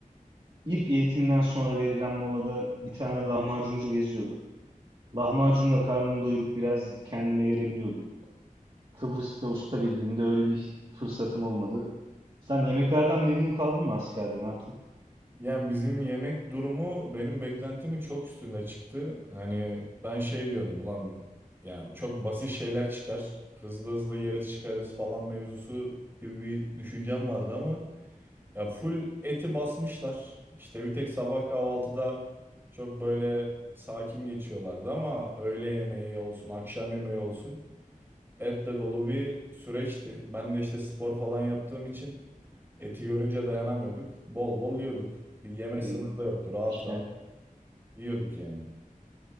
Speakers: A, on the right; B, on the right.
A: ilk eğitimden sonra verilen molada bir tane lahmacuncu geziyordu. Lahmacunla karnımı doyurup biraz kendime gelebiliyordum. Kıbrıs'ta usta birliğinde öyle bir fırsatım olmadı. Sen yemeklerden memnun kaldın mı askerde? Ne yaptın?
B: Ya bizim yemek durumu benim beklentimi çok üstünde çıktı. Hani ben şey diyordum ulan yani çok basit şeyler çıkar. Hızlı hızlı yeriz çıkarız falan mevzusu gibi bir düşüncem vardı ama Ya full eti basmışlar. İşte bir tek sabah kahvaltıda çok böyle sakin geçiyorlardı ama öğle yemeği olsun, akşam yemeği olsun etle dolu bir süreçti. Ben de işte spor falan yaptığım için eti görünce dayanamıyorduk. Bol bol yiyorduk. Bir yeme sınırı
A: Senin
B: da yoktu. Rahat
A: işten.
B: rahat yiyorduk yani.